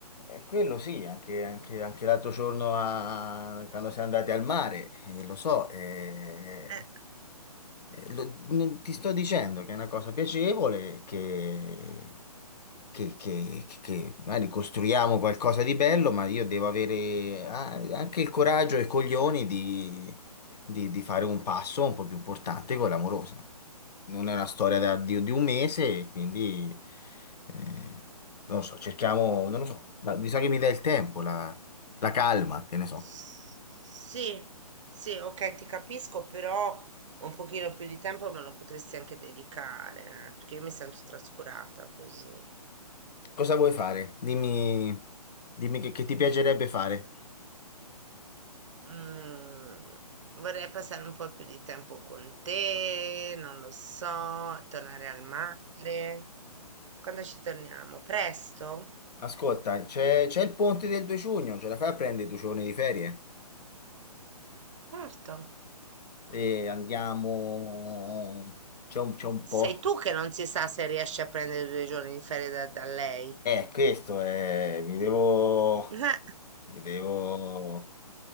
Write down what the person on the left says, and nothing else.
E quello sì, anche, anche- anche l'altro giorno a- quando siamo andati al mare, eh, lo so, eh,
eh, lo- non- ti sto dicendo che è una cosa piacevole, che che, che- che magari costruiamo qualcosa di bello, ma io devo avere ah, anche il coraggio e i coglioni di, di- di fare un passo un po' più importante con l'amorosa. Non è una storia da- di, di un mese, quindi eh, non lo so, cerchiamo, non lo so, ma mi sa che mi dà il tempo, la, la calma, che ne so.
Cosa vuoi fare? Dimmi, dimmi che, che ti piacerebbe fare.
Ascolta, c'è c'è il ponte del 2 giugno, ce la fai a prendere due giorni di ferie?
E andiamo, c'è un, c'è un po'.
Eh, questo è, mi devo,
mi devo,